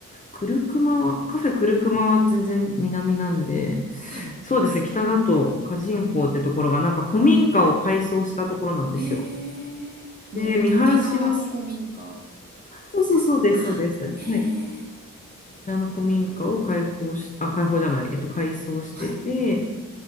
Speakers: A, on the left (about 25°); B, on the right (about 30°).
A: クルクマは、カフェクルクマは全然南なんで、
B: はい。
A: そうですね、北だとカジンホーってところが、なんか古民家を改装したところなんですよ。
B: へえ、もうお沖縄の古民家
A: で、見晴らしがす、そうそうそうです、
B: ですか。あ、
A: そうです。
B: へえ、
A: はい。沖縄の古民家を開放し、あ、開放じゃない、えっと、改装してて、
B: はい。